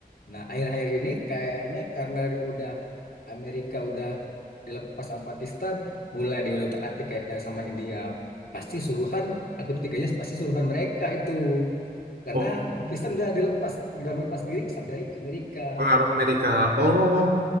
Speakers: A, on the left; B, on the right.
A: Nah, akhir-akhir ini kayaknya karena udah Amerika udah dilepas sama Pakistan, mulai dia udah otak-atik kayak dari sama India. Pasti suruhan, aku tuh tiganya pasti suruhan mereka itu. Karena
B: Oh,
A: Pakistan udah dilepas, udah melepas diri dari Amerika.
B: pengaruh Amerika. Oh,